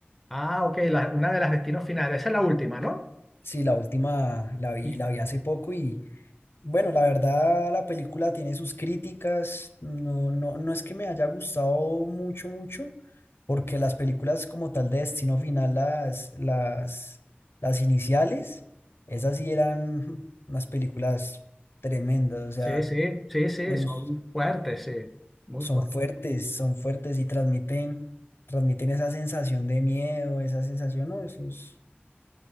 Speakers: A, in the centre; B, on the left (about 70°).
A: Ah, ok, la- una de las destinos finales. Esa es la última, ¿no?
B: Sí, la última la vi,
A: Y-
B: la vi hace poco Bueno, la verdad, la película tiene sus críticas. No, no, no es que me haya gustado mucho, mucho, porque las películas como tal de Destino Final, las, las, las iniciales, esas sí eran <laughs> unas películas tremendas. O sea,
A: Sí, sí, sí, sí,
B: me
A: son
B: gus-
A: fuertes, sí. Muy
B: son
A: fuertes.
B: fuertes, son fuertes y transmiten, transmiten esa sensación de miedo, esa sensación, no, esos